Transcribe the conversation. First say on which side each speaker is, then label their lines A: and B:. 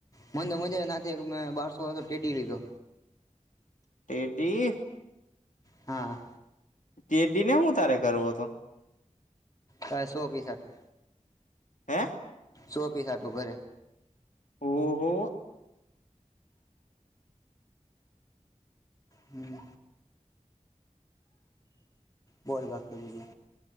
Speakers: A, on the left (about 25°); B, on the left (about 75°).
A: મને તો મજા ના એક મેં બારસો વાો ટેઢ લીધો.
B: તેડી.
A: હા.
B: ટરડી ને હું તારે કરવું હતો.
A: તો એસો ઓફી સાથે.
B: હમ.
A: સો પીસ હતું ઘરે.
B: ઓહો.
A: હમ. બોલ બાકી બીજું